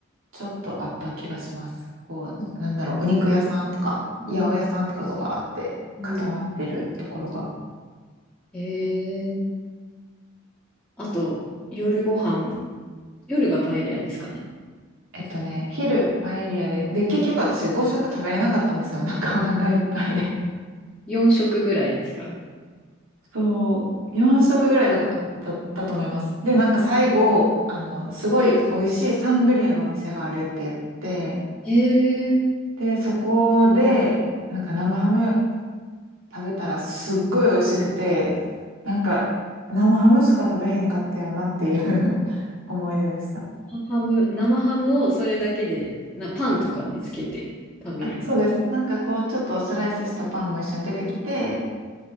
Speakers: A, on the right; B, in the centre.
A: ちょっとあった気がします。こう、なんだろう、お肉屋さんとか、
B: ん、
A: 八百屋さんとかがバーって固まってるところが。
B: うん。えーあと、夜ご飯、夜がパエリアですかね。
A: えっとね、昼パエリアで、で、結局私5食食べれなかったんですよ。なんかお腹いっぱいで。
B: 4食ぐらいですか。
A: そう、4食ぐらいだった、だったと思います。で、なんか最後、あの、すごい美味しいサングリアのお店があるって言って、
B: えー、
A: で、そこで、なんか生ハム食べたらすっごい美味しくて、なんか生ハムしか食べへんかったよなっていう <laughs> 思い出でした。
B: ハム、生ハムをそれだけで、な、パンとかにつけて食べる。
A: あ、そうです。なんかこう、ちょっとスライスしたパンも一緒に出てきて、